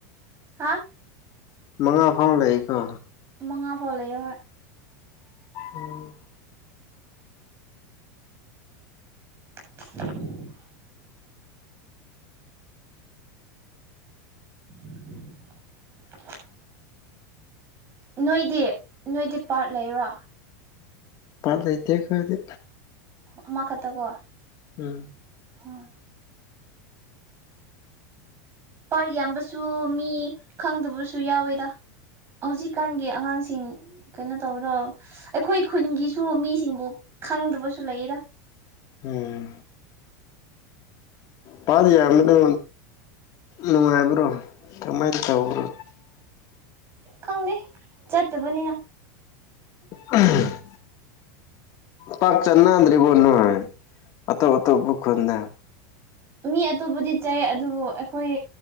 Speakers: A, on the right (about 25°); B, on the left (about 40°).
A: ꯍꯥ
B: ꯃꯉꯥ ꯐꯥꯎ ꯂꯩꯀꯣ
A: ꯃꯉꯥ ꯐꯥꯎ ꯂꯩꯣꯏ
B: ꯎꯝ
A: <unintelligible> <unintelligible> ꯅꯣꯏꯗꯤ ꯅꯣꯏꯗꯤ ꯄꯥꯔꯠ ꯂꯩꯔꯣ
B: ꯄꯥꯠ ꯂꯩꯇꯦ ꯈꯣꯏꯗꯤ
A: ꯑꯃ ꯈꯛꯇ ꯀꯣ
B: ꯎꯝ
A: ꯑꯣ ꯄꯥꯔ ꯌꯥꯝꯕꯁꯨ ꯃꯤ ꯈꯪꯗꯕꯁꯨ ꯌꯥꯎꯋꯦꯗ ꯍꯧꯖꯤꯛꯀꯥꯟꯒꯤ ꯑꯉꯥꯡꯁꯤꯡ ꯀꯩꯅꯣ ꯇꯧꯕꯗꯣ ꯑꯩꯈꯣꯏ ꯈꯨꯟꯒꯤꯁꯨ ꯃꯤꯁꯤꯡꯗꯨ ꯈꯪꯗꯕꯁꯨ ꯂꯩꯌꯦꯗ
B: ꯎꯝ ꯄꯗꯤ ꯌꯥꯝꯕꯗꯣ ꯅꯨꯡꯉꯥꯏꯕ꯭ꯔꯣ ꯀꯃꯥꯏꯅ ꯇꯧꯕ꯭ꯔꯣ
A: ꯈꯪꯗꯦ ꯆꯠꯇꯕꯅꯤꯅ
B: ꯎꯃ ꯄꯥꯠ ꯆꯠꯅꯥꯗ꯭ꯔꯤꯕꯣ ꯅꯣꯏ ꯑꯇꯣ ꯑꯇꯣꯄ ꯈꯨꯟꯗ
A: ꯃꯤ ꯑꯇꯣꯞꯄꯗꯤ ꯆꯥꯏ ꯑꯗꯨꯕꯨ ꯑꯩꯈꯣꯏ